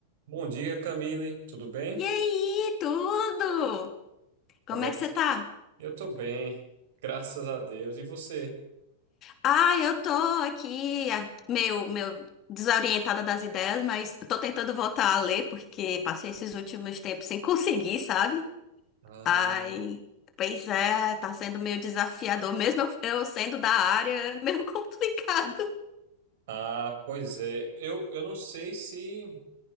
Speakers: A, on the right; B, on the left.
A: Bom dia, Camille. Tudo bem?
B: E aí, tudo? Como
A: Como é
B: é
A: que...
B: que você tá?
A: Eu tô bem, graças a Deus. E você?
B: Ah, eu tô aqui, ah, meio, meio desorientada das ideias, mas tô tentando voltar a ler, porque passei esses últimos tempos sem <laughs> conseguir, sabe?
A: Ah,
B: Ai, pois é, tá sendo meio desafiador, mesmo eu, eu sendo da área, é meio <laughs> complicado.
A: ah, pois é. Eu, eu não sei se,